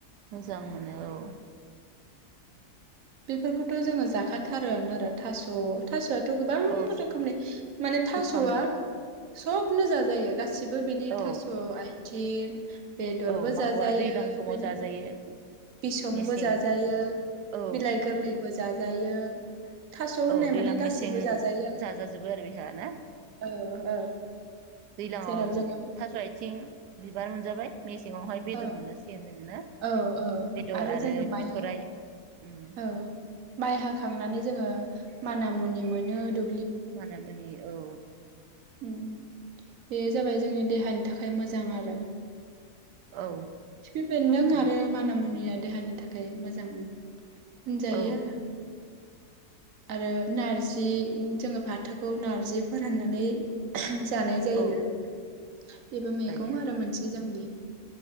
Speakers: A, on the right; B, on the right.
A: मोजां मोनो औ
B: बेफोरखौथ' जोङो जाखाथा थारुन आरो थास' थास स'आथ गोबां
A: औ
B: रोखोमनि माने थास'आ
A: रोखोम
B: सब नो जाजायो गास सिबो बिनि
A: औ
B: थास' आइ थिं बेदरबो
A: औ माखौबा
B: जाजायो
A: दैज्लां समाव
B: बिनि
A: जाजायो
B: उनाव बिसंबो
A: मेसें
B: जाजायो
A: औ
B: बिलाइ गोरलै बो जाजायो थास' होननाय
A: औ दैलां
B: माने
A: मेसें
B: गासिबो जाजायो
A: जाजाजोबो आरो बेहा ना
B: आरो
A: ओम
B: औ औ
A: दैलाङाव
B: जेराव जोङो
A: थास' आथिं बिबार मोनजाबाय मेसे सिङावहाय बेदर
B: औ
A: मोजासिगोन जोङो ना?
B: औ औ
A: बेदर
B: आरो जोङो माइ
A: बिथराइ उम
B: औ माइ हाखांनानै जोङो माना मुनि मोनो दु
A: माना मुनि औ
B: ओम बेयो जाबाय जोंनि देहानि थाखाय मोजां आरो
A: औ
B: खिफि बेन्दों
A: माने
B: आरो माना मुनिया देहानि थाखाय मोजां ओं होनजायो
A: औ
B: आरो आरो नारजि जोङो फाथोखौ नारजि फोराननानै जानाय जायो
A: औ
B: बेबो मैगं
A: जायो
B: आरो मोनसे जोंनि